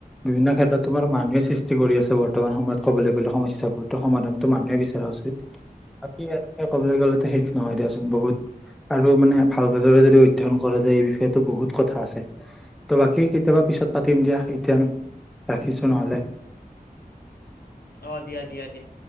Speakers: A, in the centre; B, on the left.
A: বিভিন্ন ক্ষেত্ৰত তোমাৰ মানুহে সৃষ্টি কৰি আছে বৰ্তমান সময়ত কবলৈ গ'লে সমস্যা বোৰো সমাধানতো মানুহে বিচৰা উচিত বাকী ইয়াৰ বিষয়ে কবলৈ গ'লেটো নহয় দিয়াচোন বহুত আৰু মানে ভালদৰে যদি অধ্যয়ন কৰা যায় এই বিষয়ো বহুত কথা আছে ত' বাকী কেতিয়াবা পিছত পাতিম দিয়া এতিয়া ৰাখিছো নহলে
B: অ দিয়া দিয়া দিয়া